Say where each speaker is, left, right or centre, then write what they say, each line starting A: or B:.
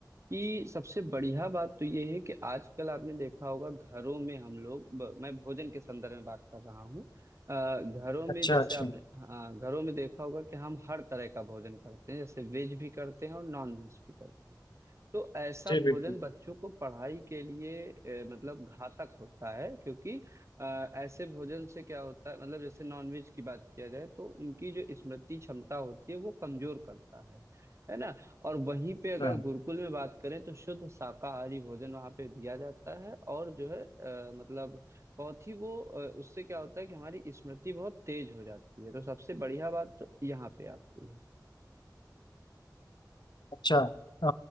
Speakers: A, on the right; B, on the left.
A: कि सबसे बढ़िया बात तो ये है कि आजकल आपने देखा होगा घरों में हम लोग ब, मैं भोजन के संदर्भ में बात कर रहा हूँ अ, घरों में
B: अच्छा
A: जैसे
B: अच्छा
A: आपने हाँ, घरों में देखा होगा कि हम हर तरह का भोजन करते हैं जैसे वेज भी करते हैं और नॉन वेज भी करते हैं तो ऐसा
B: जी
A: भोजन
B: बिल्कुल
A: बच्चों को पढ़ाई के लिए अ, मतलब घातक होता है क्योंकि अ, ऐसे भोजन से क्या होता है मतलब जैसे नॉन वेज की बात किया जाए तो उनकी जो स्मृति क्षमता होती है वो कमजोर करता है है ना और वहीं पे अगर
B: हाँ
A: गुरुकुल में बात करें तो शुद्ध शाकाहारी भोजन वहाँ पे दिया जाता है और जो है अ, मतलब बहुत ही वो अ, उससे क्या होता है कि हमारी स्मृति बहुत तेज हो जाती है तो सबसे बढ़िया बात तो यहाँ पे आती है
B: अच्छा अ,